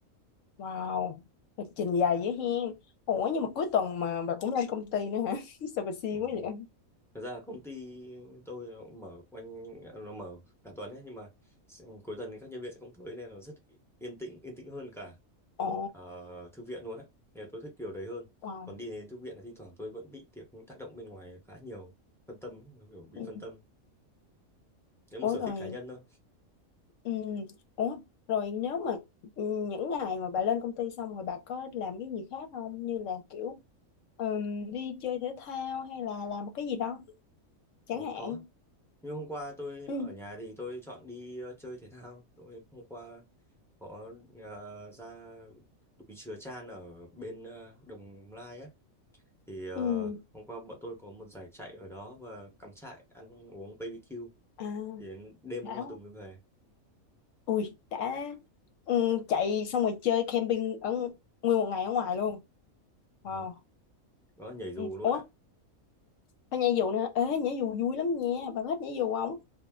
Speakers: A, on the left (about 70°); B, in the centre.
A: Wow. Lịch trình dài dữ hen. Ủa nhưng mà cuối tuần mà bà cũng lên công ty nữa hả? <laughs> Sao bà siêng
B: Ừ.
A: quá vậy?
B: Thật ra là công ty tôi nó cũng mở quanh nó mở cả tuần ấy nhưng mà s- cuối tuần thì các nhân viên sẽ không tới nên là rất yên tĩnh yên tĩnh hơn cả
A: Ồ.
B: ờ, thư viện luôn á nên là tôi thích điều đấy hơn
A: Wow.
B: còn đi đến thư viện là thi thoảng tôi vẫn bị tiệc tác động bên ngoài khá nhiều phân tâm ấy, nó kiểu bị
A: Ừ.
B: phân tâm đấy một
A: Ủa
B: sở
A: rồi
B: thích cá nhân thôi
A: Ừ. Ủa, rồi nếu mà ừ, những ngày mà bà lên công ty xong rồi bà có làm cái gì khác không? Như là kiểu ừm, đi chơi thể thao hay là làm một cái gì đó chẳng
B: ừ,
A: hạn.
B: có nhưng hôm qua tôi
A: Ừ.
B: ở nhà thì tôi chọn đi ờ, chơi thể thao tôi hôm qua có ờ, ra đùi chừa chan ở bên ờ, Đồng Lai á thì ờ,
A: Ừ.
B: hôm qua bọn tôi có một giải chạy ở đó và cắm trại ăn uống BBQ
A: À,
B: thì đến đêm
A: đã
B: hôm qua tôi mới về
A: ui, đã ừ, chạy xong rồi chơi camping ở nguyên một ngày ở ngoài luôn. Wow.
B: ừ. đó nhảy dù
A: Ừ.
B: luôn
A: Ủa,
B: á
A: phải nhảy dù nữa. Ê, nhảy dù vui lắm nha. Bà có thích nhảy dù không?